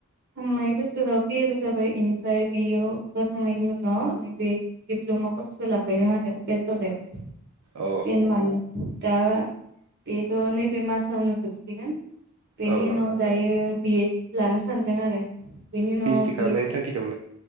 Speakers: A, on the right (about 50°); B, on the right (about 75°).
A: थांनाय बोसोर राव <unintelligible> जाबाय बेनिफ्राय बेयाव जाखांनायनि उनाव नैबे दिप्लमा कर्सखो लाफैदों आरो बेलटलायाव
B: औ
A: तेन मान दा बे थ नैबे मासावनो जोबसिगोन बेनि
B: औ
A: उनाव दायो बिएद लानो सानदों आरो बिनि उनाव
B: पि ओइस डि
A: बि
B: खालामनायनि
A: एड
B: थांखि दंमोन